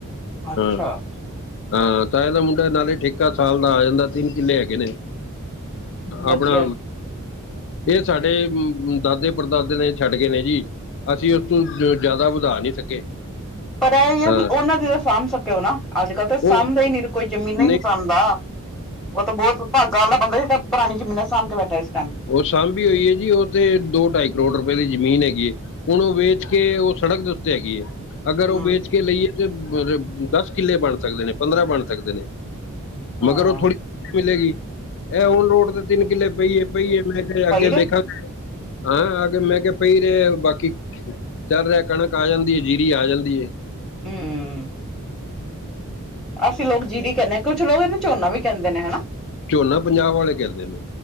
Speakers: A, in the centre; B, on the left.
A: ਅੱਛਾ
B: ਹਾਂ-ਹਾਂ, ਤਾਏ ਦਾ ਮੁੰਡਾ ਨਾਲੇ ਠੇਕਾ ਸਾਲ ਦਾ ਆ ਜਾਂਦਾ। ਤਿੰਨ ਕਿੱਲੇ ਹੈਗੇ ਨੇ।
A: ਵਧੀਆ
B: ਆਪਣਾ ਇਹ ਸਾਡੇ ਦਾਦੇ-ਪੜਦਾਦੇ ਨੇ ਛੱਡ ਗਏ ਨੇ ਜੀ। ਅਸੀਂ ਉਸ ਤੋਂ ਜ਼ਿਆਦਾ ਵਧਾ ਨੀ ਸਕੇ।
A: ਪਰ ਐਈਏ
B: ਹਾਂ
A: ਵੀ ਉਹਨਾਂ ਦੀ ਤੇ ਸਾਂਭ ਸਕਿਓ ਨਾ। ਅੱਜ-ਕੱਲ੍ਹ ਤਾਂ ਸਾਂਭੇ
B: ਉਹ
A: ਈ ਨੀ, ਕੋਈ ਜ਼ਮੀਨਾਂ
B: ਨਹੀਂ
A: ਈ ਨੀ ਸਾਂਭਦਾ। ਉਹ ਤਾਂ ਬਹੁਤ ਭਾਗਾਂ ਵਾਲਾ ਬੰਦਾ, ਜਿਹੜਾ ਪੁਰਾਣੀ ਜ਼ਮੀਨਾਂ ਸਾਂਭ ਕੇ ਬੈਠਾ ਇਸ ਟੈਂਮ।
B: ਉਹ ਸਾਂਭੀ ਹੋਈ ਏ ਜੀ। ਉਹ ਤੇ ਦੋ ਢਾਈ ਕਰੋੜ ਰੁਪਏ ਦੀ ਜ਼ਮੀਨ ਹੈਗੀ। ਹੁਣ ਉਹ ਵੇਚ ਕੇ, ਉਹ ਸੜਕ ਦੇ ਉੱਤੇ ਹੈਗੀ ਏ। ਅਗਰ ਉਹ
A: ਹੂੰ
B: ਵੇਚ ਕੇ ਲਈਏ ਤੇ ਬ ਦੱਸ ਕਿੱਲੇ ਬਣ ਸਕਦੇ ਨੇ। ਪੰਦਰਾਂ ਬਣ ਸਕਦੇ ਨੇ।
A: ਹਾਂ
B: ਮਗਰ ਉਹ ਥੋੜ੍ਹੀ ਮਿਲੇਗੀ। ਐ ਹੁਣ ਰੋਡ ਤੇ ਤਿੰਨ ਕਿੱਲੇ ਪਈ ਹੈ ਪਈ ਏ। ਮੈਂ ਕਿਹਾ
A: ਪਈ
B: ਅੱਗੇ
A: ਦੇ
B: ਦੇਖਾਂਗੇ। ਹਾਂ, ਅੱਗੇ ਮੈਂ ਕਿਹਾ ਪਈ ਰਹੇ ਬਾਕੀ ਚੱਲ ਰਿਹਾ। ਕਣਕ ਆ ਜਾਂਦੀ ਏ, ਜੀਰੀ ਆ ਜਾਂਦੀ ਏ।
A: ਹਮ। ਅਸੀਂ ਲੋਗ ਜੀਰੀ ਕਹਿੰਨੇ। ਕੁਛ ਲੋਗ ਇਹਨੂੰ ਝੋਨਾ ਵੀ ਕਹਿੰਦੇ ਨੇ ਹਨਾ।
B: ਝੋਨਾ ਪੰਜਾਬ ਵਾਲੇ ਕਹਿੰਦੇ ਨੇ।